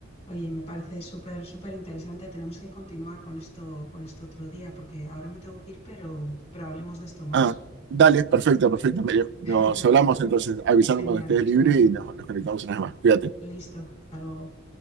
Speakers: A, on the left; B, on the right.
A: Oye, me parece súper, súper interesante. Tenemos que continuar con esto, con esto otro día, porque ahora me tengo que ir, pero, pero hablemos de esto más.
B: Ah, dale, perfecto, perfecto, Miriam. Nos
A: <laughs>
B: hablamos entonces, avisando
A: Genial.
B: cuando estés libre y nos, nos conectamos una vez más. Cuídate.
A: Listo. Hasta luego.